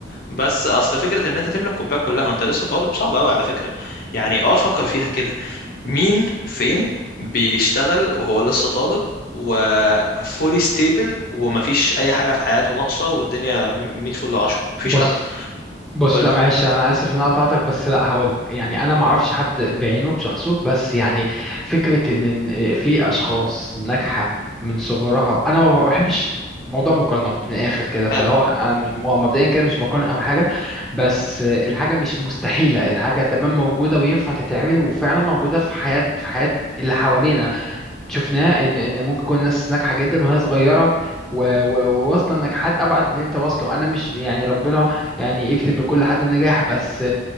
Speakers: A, on the left (about 50°); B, in the centre.
A: بس اصل فكره ان انت تملك كوبايه كلها وانت لسه طالب صعب قوي على فكره يعني اقعد فكر فيها كده مين فين بيشتغل وهو لسه طالب وفولي ستيبل ومفيش اي حاجه في حياته ناقصه والدنيا م- 100 فل 10 مفيش
B: بص
A: حد
B: بص
A: قول لي
B: لا معلش انا اسف ان انا قطعتك بس لا هقول لك يعني انا ما اعرفش حد بعينه بشخصه بس يعني فكره ان إن في اشخاص ناجحه من صغرها انا ما بحبش موضوع مقارنات من الاخر كده فلو
A: حلو
B: هو انا مش هو مبدئيا كده مش بقارن او حاجه بس الحاجه مش مستحيله الحاجه تمام موجوده وينفع تتعمل وفعلا موجوده في حياه في حياه اللي حوالينا شفناه ان ان ممكن تكون ناس ناجحه جدا وهي صغيره و- و- وواصله لنجاحات ابعد من اللي انت واصله انا مش يعني ربنا يعني يكتب لكل حد النجاح بس